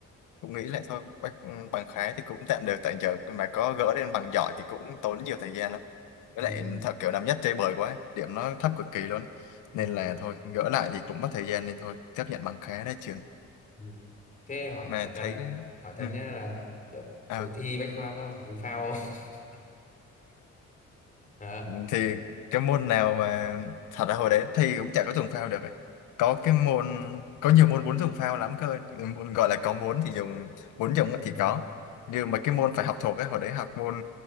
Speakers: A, on the left; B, on the left.
A: cũng nghĩ lại thôi bách, ừ, bằng khái thì cũng tạm được tại giờ mà có gỡ lên bằng giỏi thì cũng tốn nhiều thời gian lắm với
B: ừ.
A: lại thật kiểu năm nhất chơi bời quá điểm nó thấp cực kỳ luôn á.
B: Ừ.
A: nên là thôi gỡ lại thì cũng mất thời gian nên thôi chấp nhận bằng khá ra trường
B: Ừ. thế hỏi
A: mà
B: hỏi thật
A: thấy
B: hỏi thật
A: ừ.
B: nhá là đợ-
A: à,
B: hồi thi Bách Khoa có dùng phao không <laughs> Hả?
A: thì cái môn nào mà thật ra hồi đấy thi cũng chả có dùng phao được có cái môn có nhiều môn muốn dùng phao lắm cơ Cái môn gọi là có muốn thì dùng muốn dùng á
B: ừ.
A: thì có nhưng mà cái môn phải học thuộc ấy hồi đấy học môn